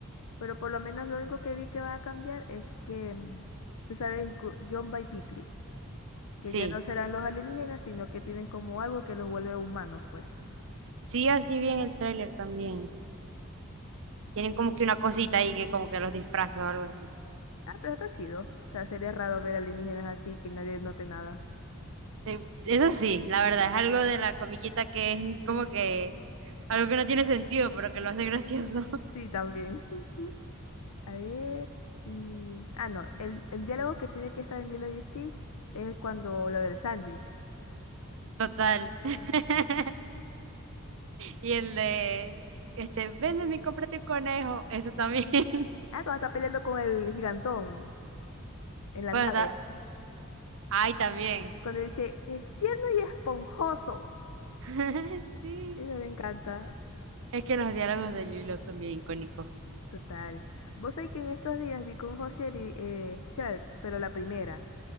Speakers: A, on the left; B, on the right.
A: Pero por lo menos lo único que vi que va a cambiar es que, mm, tú sabes, Gu- John by Pickley. Que
B: Sí,
A: ya no serán los alienígenas, sino que tienen como algo que los vuelve humanos, pues.
B: sí, así bien el tráiler también. Tienen como que una cosita ahí que como que los disfraza o algo así.
A: Ah, pero está chido. O sea, sería raro ver alienígenas así, que nadie note nada.
B: Sí, Eso sí, la verdad, es algo de la comiquita que es como que algo que no tiene sentido, pero que lo hace gracioso. <laughs>
A: Sí, también. <laughs> A ver, y... Ah, no, el, el diálogo que tiene que estar en Lilo y Stitch es cuando lo del sándwich.
B: Total. <laughs> Y el de, este, véndeme y cómprate un conejo. Eso también. <laughs>
A: Ah, cuando está peleando con el gigantón en la
B: Cuando
A: nave.
B: está- Ay, también.
A: Cuando dice, es tierno y esponjoso.
B: <laughs> Sí.
A: Eso me encanta.
B: Es que los diálogos de Lilo son bien icónicos.
A: Total. Vos sabés que en estos días vi con José y eh, Shrek, pero la primera.